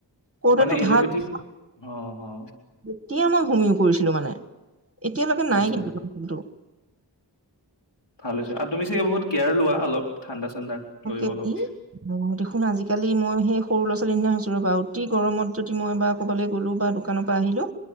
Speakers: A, on the right; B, on the left.
A: কৰোতেতো
B: মানে এলোপেথিক
A: ভাল নহয়
B: অ অ
A: যেতিয়া মই হুমিও কৰিছিলো মানে। ে <inaudible> এতিয়ালৈকে নাই
B: আচ্ছা
A: কিন্তু <unintelligible>
B: ভাল হৈছে আৰু তুমি চাগে বহুত কেয়াৰ লোৱা অলপ ঠাণ্ডা চাণ্ডাক
A: <unintelligible>
B: লৈও অলপ
A: উম দেখোন আজিকালি মই সেই সৰু ল'ৰা ছোৱালীৰ নিচিনা হৈছ ছো ৰ'ব অতি গৰমত যদি মই এবাৰ কবালৈ গ'লোঁ বা দোকানৰ পৰা আহিলোঁ